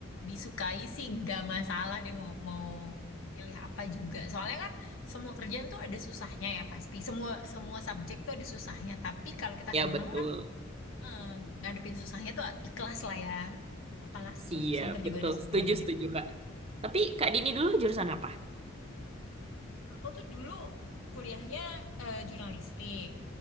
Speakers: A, on the left; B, on the right.
A: disukai sih nggak masalah deh mau mau pilih apa juga. Soalnya kan semua kerjaan tuh ada susahnya ya pasti. Semua semua subjek tuh ada susahnya. Tapi kalau kita
B: Ya
A: seneng
B: betul.
A: kan eh, ngadepin susahnya tuh ikhlas lah ya. Gak apa-apa lah susah-susah
B: Siap,
A: ntar
B: betul.
A: juga ada seneng.
B: Setuju, setuju Kak. Tapi Kak Dini dulu jurusan apa?
A: Aku tuh dulu kuliahnya eh, jurnalistik.